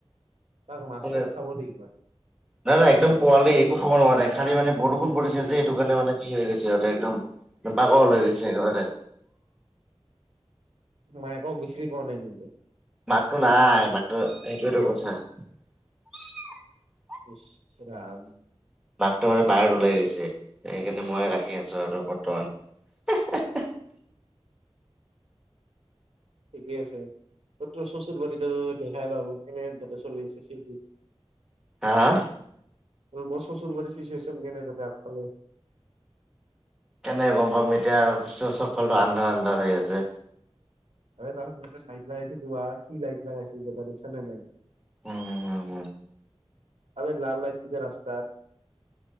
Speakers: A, on the right; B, in the centre.
A: তাক মাছ
B: মানে,
A: চাছ খাব দে কিবা।
B: না না একদম পোৱালি । খাব নোৱাৰে খালি মানে বৰষুণ পৰিছে যে সেইটো কাৰণে মানে কি হৈ গৈছে সিহঁতে একদম পাগল হৈ গৈছে একেবাৰে।
A: মই একো গুচ্ছুৰি পোৱা নাই নিজে
B: মাটো নাই মাটো সেইটোটো কথা। <unintelligible>
A: ইছ ৰাম।
B: মাটো মানে বাহিৰত ওলাই দিছে সেইকাৰণে মই ৰাখি আছো আৰু বৰ্তমান। <unintelligible>
A: <inaudible> ঠিকেই আছে ত তোৰ চচুৰ বাৰী দেখাই পাব কেনেহেন তাতে চলি আছে <unintelligible>
B: হা হা
A: মোৰ চচুৰবাৰি চিচুৱচন কেনে আগফালে ।
B: কেনেকৈ গম পাম এতিয়া চব ফালে ত আন্ধাৰ আন্ধাৰ হৈ আছে।
A: আ ত লাইট লৈ আহিছোঁ তো কি লাইট লৈ কি লাইট লৈ আহিছ তই দেখিছ নে নাই ।
B: উম উম উম
A: আৰে লাল লাইট কিটা ৰাস্তাত।